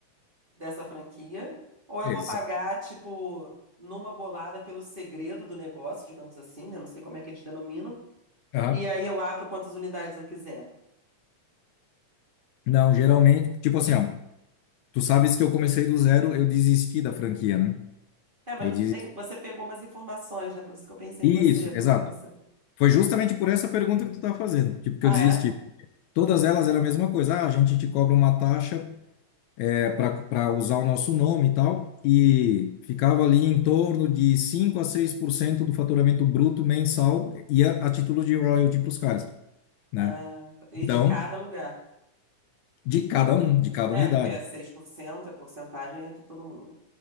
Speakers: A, on the right; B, on the left.
A: dessa franquia, ou eu
B: Exato.
A: vou pagar, tipo, numa bolada pelo segredo do negócio, digamos assim, eu não sei como é que eles denominam,
B: Aham.
A: e aí eu abro quantas unidades eu quiser.
B: Não, geralmente, tipo assim, ó, tu sabes que eu comecei do zero, eu desisti da franquia, né?
A: É, mas
B: Eu
A: você
B: desisti.
A: tem, você pegou umas informações, né? Por isso que eu pensei
B: Isso,
A: em você, porque
B: exato.
A: você.
B: Foi justamente por essa pergunta que tu tá fazendo, tipo, que
A: Ah,
B: eu desisti.
A: é?
B: Todas elas eram a mesma coisa. Ah, a gente te cobra uma taxa é, para para usar o nosso nome e tal, e ficava ali em torno de 5 a 6% do faturamento bruto mensal ia a título de royalty para os caras, né?
A: Ah, tá. e
B: Então,
A: de cada lugar.
B: de cada um, de cada
A: É,
B: unidade.
A: porque é 6% é porcentagem é de todo mundo. né?